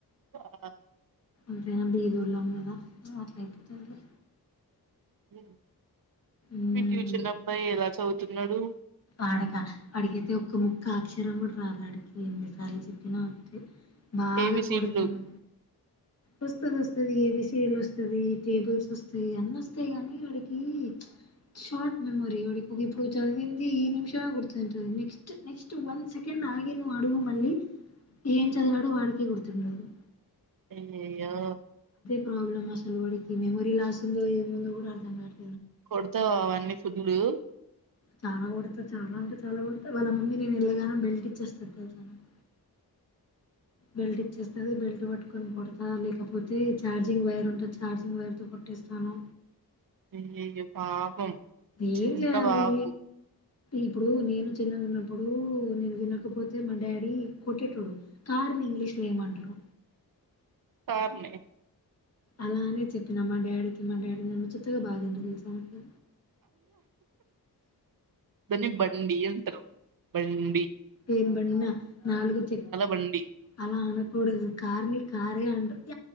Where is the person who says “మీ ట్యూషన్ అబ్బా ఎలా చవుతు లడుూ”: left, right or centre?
Right